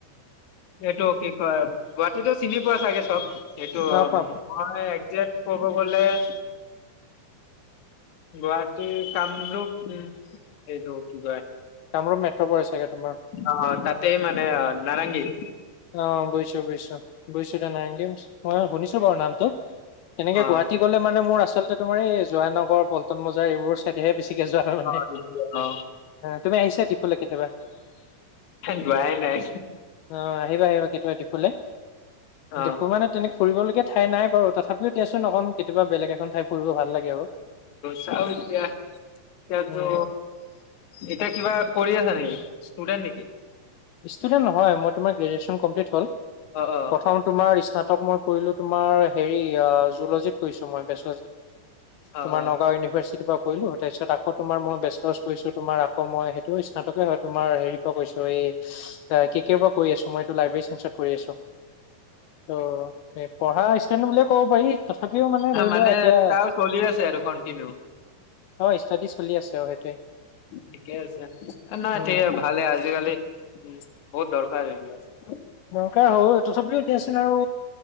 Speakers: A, on the left; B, on the left.
A: এইটো কি কয় গুৱাহাটীতো চিনি পোৱা চাগে চব? এইটো
B: অ', পাম
A: হয়। জেট ক'ব গ'লে-' গুৱাহাটীৰ কামৰূপ উম। এইটো কি কয়?
B: কামৰূপ মেট্ৰ' পৰে চাগে তোমাৰ।
A: অ তাতে মানে নাৰেঙ্গী। উ <unintelligible>
B: অ গৈছো গৈছো। গৈছোঁ তো নাইংগি অ শুনিছো বাৰু নামটো। এনেকে
A: অ
B: গুৱাহাটী গ'লে মানে মোৰ আচলতে তোমাৰ এই জয়ানগৰ পল্টন বজাৰ এইবোৰৰ ছাইডহে বেছিকে যোৱা হয় মানে
A: অ অ
B: তুমি আহিছা ডিফুলে কেতিয়াবা
A: যোৱাই নাই
B: <unintelligible> অ। আহিবা আহিবা কেতিয়াবা ডিফুলে।
A: অ
B: ডিপু মানে তেনে ফুৰিবলগীয়া ঠাই নাই বাৰু তথাপিও দিয়াচোন অকন কেতিয়াবা বেলেগে কনখন ঠাই ফুৰিব ভাল? লাগে আৰু।
A: চাওদিয়া এতিয়াতো
B: উম,
A: এতিয়া কিবা পৰি আছা নেকি? ষ্টুডেন্ট নেকি
B: ষ্টুডেণ্ট নহয় মই তোমাৰ গ্ৰেজুৱেশ্যন কমপ্লিট হ'ল
A: অ অ
B: কথাহল তোমাৰ স্নাতক মই। কৰিলো তোমাৰ হেৰি অ জুলজিত কৰিছো মই বেষ্ট।
A: অ
B: তোমাৰ
A: অ
B: নগাঁও ইউনিভাৰ্চিটি পৰিলো তাৰপাছত আকৌ তোমাৰ মই বেষ্টচেলাৰ কৰিছো তোমাৰ আকৌ মই সেইটো স্নাতকে হয় তোমাৰ হেৰি কৈছো এই কেকে কৰি আছো মই টো লাইবেৰি চেন্ঞ্চত কৰি আছো। ত' পঢ়া ষ্টুডেন্ট বুলিয়ে ক'ব পাৰি তথাপিও ধৰি
A: অ মানে
B: লোৱা এতিয়া
A: তাৰ চলি আছে আৰু কন্টিনউ।
B: অ ষ্টাডি চলি আছে আৰু সেইটোৱে
A: ঠিকে আছে নহয়
B: উম
A: টে ভালেই আজিকালি উম বহুত দৰকাৰ এইবিলাক।
B: দৰকাৰ হয় তথাপিও দে চোন আৰু